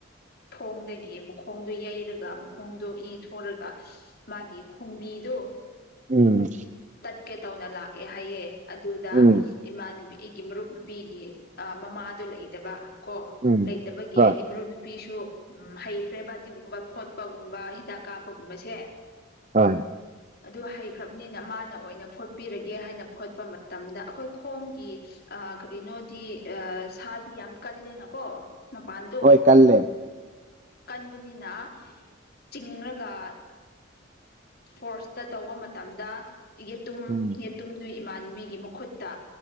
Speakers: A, on the left; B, on the right.
A: ꯊꯣꯡꯗꯒꯤ ꯃꯈꯣꯡꯗꯣ ꯌꯩꯔꯒ ꯃꯈꯣꯡꯗꯣ ꯏ ꯊꯣꯔꯒ ꯃꯥꯒꯤ ꯈꯣꯡꯕꯤꯗꯨ
B: ꯎꯝ
A: ꯇꯥꯠꯀꯦ ꯇꯧꯅ ꯂꯥꯛꯑꯦ ꯍꯥꯏꯌꯦ ꯑꯗꯨꯗ
B: ꯎꯝ
A: ꯏꯃꯥꯟꯅꯕꯤ ꯑꯩꯒꯤ ꯃꯔꯨꯞ ꯅꯨꯄꯤꯒꯤ ꯃꯃꯥꯗꯨ ꯂꯩꯇꯕ ꯀꯣ
B: ꯎꯝ
A: ꯂꯩꯇꯕꯒꯤ
B: ꯍꯣꯏ
A: ꯑꯩꯒꯤ ꯃꯔꯨꯞ ꯅꯨꯄꯤ ꯅꯨꯄꯤꯁꯨ ꯎꯝ ꯍꯩꯈ꯭ꯔꯦ ꯕ ꯑꯗꯨꯒꯒꯨꯝꯕ ꯐꯣꯠꯄꯒꯨꯝꯕ ꯍꯤꯗꯥꯛ ꯀꯥꯞꯄꯒꯨꯝꯕꯁꯦ
B: ꯍꯣꯏ
A: ꯑꯗꯨ ꯍꯩꯈ꯭ꯔꯕꯅꯦ ꯃꯥꯅ ꯑꯣꯏꯅ ꯐꯣꯠꯄꯤꯔꯒꯦ ꯍꯥꯏꯅ ꯐꯣꯠꯄ ꯃꯇꯝꯗ ꯑꯩꯈꯣꯏ ꯈꯣꯡꯒꯤ ꯀꯔꯤꯅꯣꯗꯤ ꯑ ꯁꯥꯗꯤ ꯌꯥꯝ ꯀꯜꯂꯦꯅꯀꯣ ꯃꯄꯥꯟꯗꯣ
B: ꯍꯣꯏ ꯀꯜꯂꯦ
A: ꯀꯟꯕꯅꯤꯅ ꯆꯤꯡꯔꯒ ꯐꯣꯔꯁꯇ ꯇꯧꯕ ꯃꯇꯝꯗ ꯌꯦꯇꯨꯝ
B: ꯎꯝ
A: ꯌꯦꯇꯨꯝꯗꯨ ꯏꯃꯥꯟꯕꯤꯒꯤ ꯃꯈꯨꯠꯇ